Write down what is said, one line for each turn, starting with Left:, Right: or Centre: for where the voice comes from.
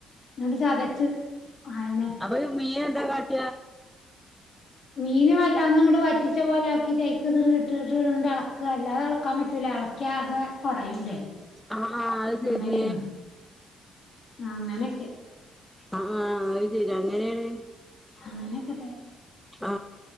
Left: ന്നട്ട് ചതച്ച് ടാ അനെ
Centre: ഒരു മീ ന്താ കാട്ട
Left: മീൻ വല ഒന്ന്ങ്ങട്ട് വറ്റിച്ച പോലെ ആക്കിട്ട് അയ്ക്ക് ത് ട്ട് ഇട്ട് അളക്ക അല്ലാതെ അളക്കാൻ പറ്റൂല അളക് കിയാകെ ഒടയൂലെ
Centre: ആഹ് ആഹ് അത് ശരി
Left: അങ്ങനെണ് അങ്ങനെക്കെ
Centre: അആ അഹ് സെരി അങ്ങനെണ്
Left: അങ്ങനെക്കെതെ
Centre: ആ